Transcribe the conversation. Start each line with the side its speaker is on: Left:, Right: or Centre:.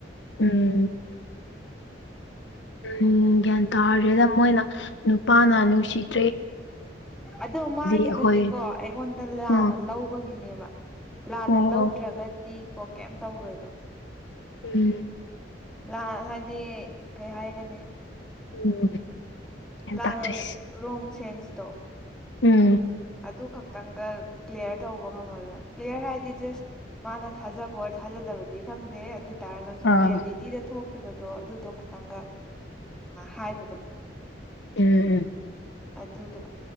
Left: ꯎꯝ ꯎꯝ ꯒ꯭ꯌꯥꯟ ꯇꯥꯔꯗ꯭ꯔꯦꯗ ꯃꯣꯏꯅ ꯅꯨꯄꯥꯅ ꯅꯨꯡꯁꯤꯠ
Centre: ꯑꯣ ꯃꯥꯒꯤꯗꯨꯗꯤꯀꯣ
Left: ꯑꯩꯈꯣꯏ
Centre: ꯑꯩꯉꯣꯟꯗ ꯂꯥꯟꯅ
Left: ꯎꯝ
Centre: ꯂꯧꯕꯒꯤꯅꯦꯕ ꯂꯥꯟꯅ
Left: ꯑꯣ
Centre: ꯂꯧꯗ꯭ꯔꯒꯗꯤ
Left: ꯑꯣ
Centre: ꯀꯣ ꯀꯩꯝ ꯇꯧꯔꯣꯏꯕ
Left: ꯎꯝ
Centre: ꯂꯥꯟ ꯍꯥꯏꯗꯤ ꯀꯩ ꯍꯥꯏꯒꯅꯤ
Left: ꯎꯝ ꯒ꯭ꯌꯥꯟ
Centre: ꯂꯥꯟꯅ
Left: ꯇꯥꯗ꯭ꯔꯦ
Centre: ꯔꯣꯡ ꯁꯦꯟꯁꯇꯣ
Left: ꯎꯝ
Centre: ꯑꯗꯨ ꯈꯛꯇꯪꯒ ꯀ꯭ꯂꯤꯌꯥꯂꯤꯌꯥꯔ ꯇꯧꯕ ꯉꯝꯃꯕ ꯀ꯭ꯂꯤꯌꯥꯌꯔ ꯍꯥꯏꯗꯤ ꯖꯁ ꯃꯥꯅ ꯊꯥꯖꯕ ꯑꯣꯏꯔ ꯊꯥꯖꯗꯕꯗꯤ ꯈꯪꯗꯦ ꯑꯗꯨ ꯍꯥꯏꯇꯥꯔꯒꯁꯨ
Left: ꯎꯝ
Centre: ꯔꯤꯌꯦꯂꯤꯇꯤꯗ ꯊꯣꯛꯈꯤꯕꯗꯣ ꯑꯗꯨꯗꯣ ꯈꯇꯪꯒ ꯍꯥꯏꯕꯗꯣ
Left: ꯎꯝ
Centre: ꯑꯗꯨꯗꯣ